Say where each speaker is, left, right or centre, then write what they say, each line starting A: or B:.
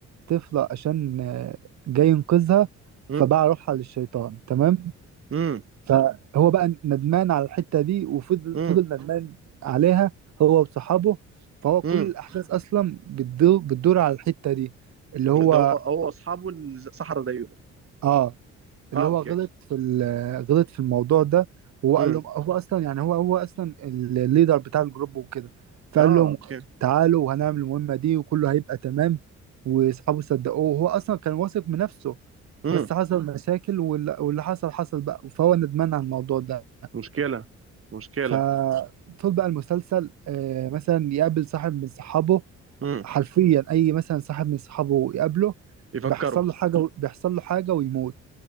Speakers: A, on the right; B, on the right.
A: طفله عشان آه، جاي ينقذها
B: امم
A: فباع روحها للشيطان تمام
B: امم
A: فهو بقى ندمان على الحتة دي وفضل
B: امم
A: فضل ندمان عليها هو وصحابه فهو
B: امم
A: كل الأحداث أصلا بتدور بتدور على الحتة دي اللي هو
B: ده هو هو اصحابه الصحراء زيه برضه
A: آه اللي
B: اه
A: هو
B: اوكي
A: غلط في ال- غلط في الموضوع ده هو
B: امم
A: قال لهم هو أصلا يعني هو هو أصلا الليدر بتاع الجروب وكده فقال
B: اه
A: لهم
B: اوكي
A: تعالوا وهنعمل المهمة دي وكله هيبقى تمام وأصحابه صدقوه وهو أصلا كان واثق من نفسه
B: امم
A: بس حصل مشاكل وال- واللي حصل حصل بقى فهو ندمان على الموضوع ده
B: مشكله مشكله
A: فطول بقى المسلسل آه، مثلا يقابل صاحب من صحابه
B: امم
A: حرفيا اي مثلا صاحب من صحابه يقابله
B: يفكروا
A: بيحصل له حاجه بيحصل له حاجه ويموت